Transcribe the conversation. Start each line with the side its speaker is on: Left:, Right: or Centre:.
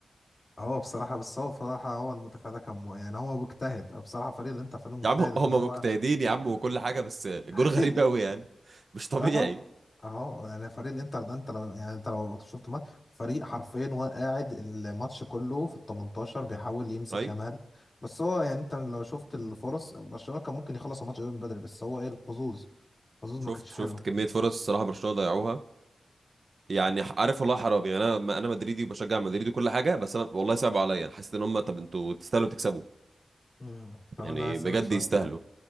Left: هو بصراحة بس هو بصراحة هو المدافع ده كان مو- يعني هو مجتهد بصراحة فريق الانتر فريق مجتهد
Right: يا عم هم
Left: ان هو
Right: مجتهدين يا عم وكل حاجه بس الجون
Left: <laughs>
Right: غريب قوي يعني مش طبيعي
Left: اهو اهو يعني فريق الانتر ده انت لو يعني انت لو شفت ماتش فريق حرفيا هو قاعد الماتش كله في ال 18 بيحاول يمسك
Right: ايوه
Left: كمال بس هو يعني انت لو شفت الفرص برشلونة كان ممكن يخلص الماتش ده من بدري بس هو ايه الحظوظ الحظوظ
Right: شفت
Left: ما كانتش
Right: شفت
Left: حلوة
Right: كمية فرص الصراحة برشلونة ضيعوها يعني ح- عارف والله حرام يعني انا انا مدريدي وبشجع مدريد وكل حاجة بس انا والله صعب عليا انا حسيت ان هم طب انتوا تستاهلوا تكسبوا
Left: مم. طب
Right: يعني
Left: انا هسألك
Right: بجد
Left: سؤال
Right: يستاهلوا
Left: تاني